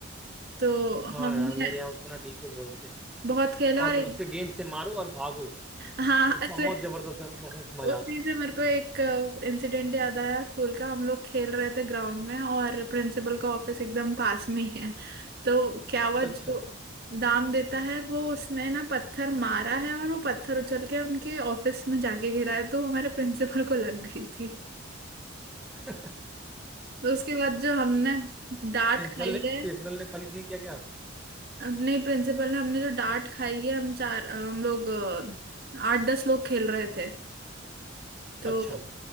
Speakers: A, on the right (about 50°); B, in the centre.
A: तो
B: हाँ
A: हमने
B: यार मेरे यहाँ उसको ना डीपो बोलते हैं
A: बहुत खेला
B: और
A: और एक
B: उसे गेंद से मारो और भागो
A: हाँ
B: और बहुत
A: तो
B: जबरदस्त और बहुत मजा
A: उसी
B: आता था
A: से मेरे को एक इंसिडेंट याद आया स्कूल का हम लोग खेल रहे थे ग्राउंड में और प्रिंसिपल का ऑफिस एकदम पास में ही है तो क्या हुआ
B: अच्छा
A: जो दाम देता है वो उसने ना पत्थर मारा है और वो पत्थर उछल के उनके ऑफिस में जाके गिरा है तो हमारे प्रिंसिपल को लग गई थी
B: <laughs>
A: तो उसके बाद जो हमने डांट
B: प्रिंसिपल
A: खाई
B: ने
A: है
B: प्रिंसिपल ने पनिश नहीं किया क्या
A: अपने प्रिंसिपल ने हमने जो डांट खाई है हम चार हम लोग अ, आठ दस लोग खेल रहे थे तो
B: अच्छा